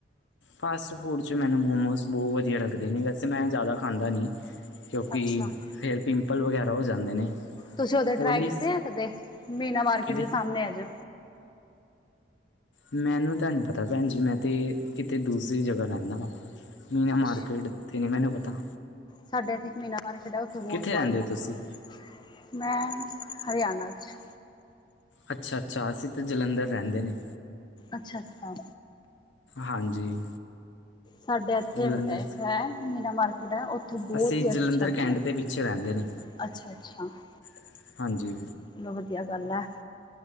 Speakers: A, on the left; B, on the left.
A: ਫਾਸਟ ਫੂਡ 'ਚ ਮੈਨੂੰ ਮੋਮੋਸ ਬਹੁਤ ਵਧੀਆ ਲੱਗਦੇ ਨੇ ਵੈਸੇ ਮੈਂ ਜ਼ਿਆਦਾ ਖਾਂਦਾ ਨਹੀਂ ਕਿਉਂਕਿ
B: ਅੱਛਾ।
A: ਫੇਰ <unintelligible> ਪਿੰਪਲ ਵਗੈਰਾ ਹੋ ਜਾਂਦੇ ਨੇ।
B: ਤੁਸੀਂ ਉਦੇ ਟਰਾਈ
A: ਓਇਲੀ
B: ਕੀਤੇ ਆ ਕਦੇ <unintelligible> ਮੀਨਾ ਮਾਰਕੀਟ
A: ਕਿਤੇ
B: ਦੇ ਸਾਹਮਣੇ ਆ ਜੋ।
A: ਮੈਨੂੰ ਤਾਂ ਨੀਂ ਪਤਾ ਭੈਣ ਜੀ ਮੈਂ ਤੇ ਕਿਤੇ ਦੂਸਰੀ ਜਗ੍ਹਾ ਰਹਿੰਦਾ ਵਾਂ। <unintelligible> ਮੀਨਾ
B: ਅੱਛਾ।
A: ਮਾਰਕੀਟ ਕਿਥੇ ਨੀ ਮੈਨੂੰ ਪਤਾ
B: ਸਾਡੇ ਇੱਥੇ ਇਕ ਮੀਨਾ ਮਾਰਕੀਟ ਆ ਉੱਥੇ ਬਹੁਤ
A: ਕਿੱਥੇ
B: ਸਵਾਦ
A: ਰਹਿੰਦੇ
B: ਮੋਮੋਜ
A: ਹੋ ਤੁਸੀਂ
B: ਮਿਲਦੇ <unintelligible> ਮੈਂ ਹਰਿਆਣਾ ਚ
A: ਅੱਛਾ ਅੱਛਾ ਅਸੀਂ ਤਾਂ ਜਲੰਧਰ ਰਹਿੰਦੇ ਨੇ।
B: ਅੱਛਾ ਅੱਛਾ
A: ਹਾਂਜੀ <unintelligible>
B: ਸਾਡੇ ਇੱਥੇ
A: ਜਲੰਧਰ
B: ਇੱਕ ਹੈ ਮੀਨਾ ਮਾਰਕੀਟ ਹੈ ਉੱਥੇ ਬਹੁਤ
A: ਅਸੀਂ
B: ਹੀ
A: ਜਲੰਧਰ
B: ਅੱਛਾ ਬਣਦਾ
A: ਕੈਂਟ
B: <unintelligible>
A: ਦੇ ਪਿੱਛੇ ਰਹਿੰਦੇ ਨੇ
B: ਅੱਛਾ ਅੱਛਾ <unintelligible>
A: <unintelligible> ਹਾਂਜੀ
B: ਚਲੋ ਵਧੀਆ ਗੱਲ ਐ <unintelligible>